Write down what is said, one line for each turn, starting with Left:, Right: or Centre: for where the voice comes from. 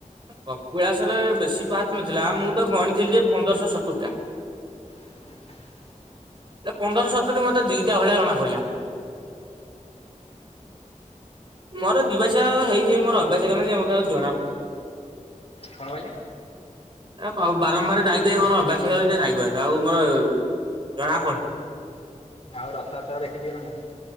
Right: କପଳାସରେ ବେଶୀ ପାହଚ ନଥିଲା ଆ ମୁଁ ତ ଗଣିଥିଲି ଯେ ପନ୍ଦରଶହ ସତୁରି ଟା।
Left: <inaudible>
Right: ଏ ପନ୍ଦର ସତୁରି ମତେ ଦିଟା ଭଳିଆ ଜଣା ପଇଲା। ମୋର ଯିବା ଆସିବା ହେଇ ହେଇ ମୋର ଅଭ୍ୟାସ ହେଇଗଲାଣି ଯେ ମତେ ଆଉ ଜଣା ପଡୁନି।
Left: କଣ କହିଲେ?
Right: ଏରା ହଉ ବାରମ୍ବାର ଯାଇ ଯାଇ ମୋର ଅଭ୍ୟାସ ହେଇଗଲାଣି ଯାଇପାରୁନି ଆଉ ମୋର ଜଣା ପଡ
Left: ଆଉ ରଥଯାତ୍ରା ଦେଖି ଯିବେ ନା ନାଇଁ?